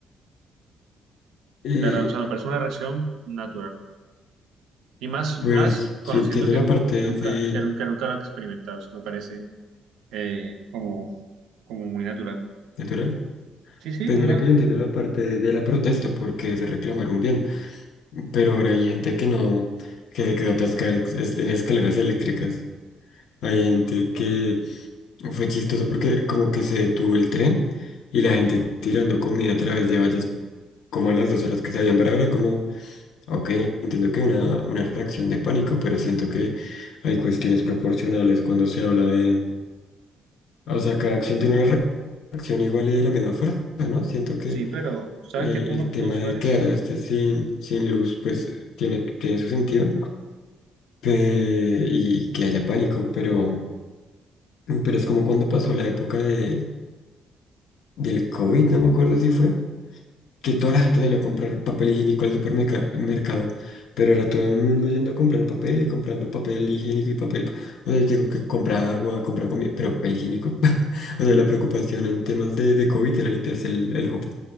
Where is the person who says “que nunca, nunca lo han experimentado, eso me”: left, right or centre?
Right